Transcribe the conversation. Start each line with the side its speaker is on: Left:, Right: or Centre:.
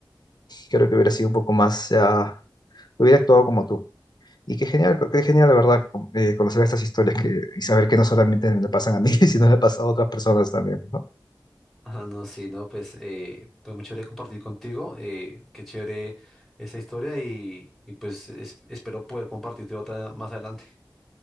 Left: creo que hubiera sido un poco más, ya, hubiera actuado como tú. Y qué genial, qué genial, la verdad, con- eh, conocer estas historias que, y saber que no solamente me pasan a mí, <laughs> sino le pasa a otras personas también, ¿no?
Centre: Ah, no, sí, no, pues, eh, pues muy chévere compartir contigo, eh, qué chévere esta historia y, y pues es- espero poder compartirte otra más adelante.